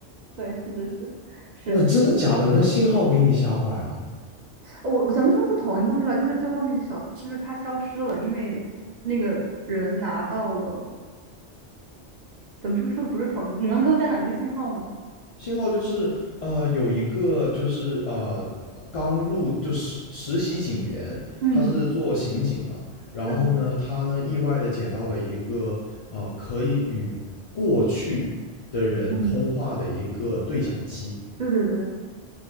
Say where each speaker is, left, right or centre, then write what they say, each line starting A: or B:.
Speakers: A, on the right; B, on the left.
A: 对，是是是是，
B: 那真的假的？那信号给你吓坏了。
A: 我我咱们说是同一部剧吧，就是最后那个小，就是他消失了，因为那个人拿到了，咱们是不是说的不是同一部？你能给我讲讲这个信号吗？
B: 信号就是呃，有一个就是呃刚入就实实习警员，
A: 嗯，
B: 他是做刑警的，然后呢，
A: 对，
B: 他呢意外的捡到了一个呃可以与过去的人通话的一个对讲机，
A: 嗯，对对对，